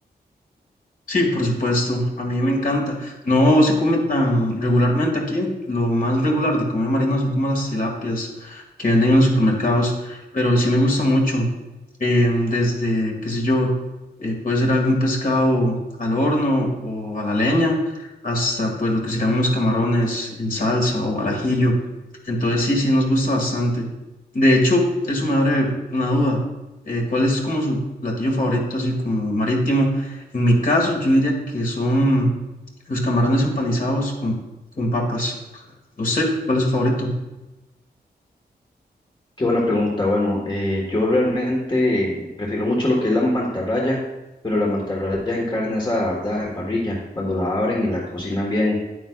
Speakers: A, on the left; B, on the left.
A: Sí, por supuesto. A mí me encanta. No se come tan regularmente aquí. Lo más regular de comer marina son como las tilapias que venden en los supermercados. Pero sí me gusta mucho. em, desde, qué sé yo, eh, puede ser algún pescado al horno o a la leña, hasta pues lo que serían unos camarones en salsa o al ajillo. Entonces sí, sí nos gusta bastante. De hecho, eso me abre una duda. eh, ¿cuál es como su platillo favorito, así como marítimo? En mi caso, yo diría que son los camarones empanizados con, con papas. No sé, ¿cuál es su favorito?
B: Qué buena pregunta. Bueno, eh, yo realmente prefiero mucho lo que es la mantarraya, pero la mantarraya en carne asada, ¿verdad? En parrilla, cuando la abren y la cocinan bien.